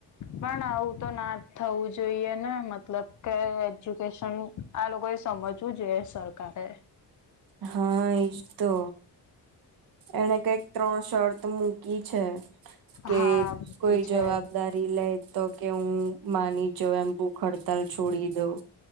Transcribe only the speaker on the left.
પણ આવું તો ના થવું જોઈએ ને મતલબ કે, એજ્યુકેશન આ લોકો એ સમજવું જોઈએ સરકારે,
હા મૂકી
છે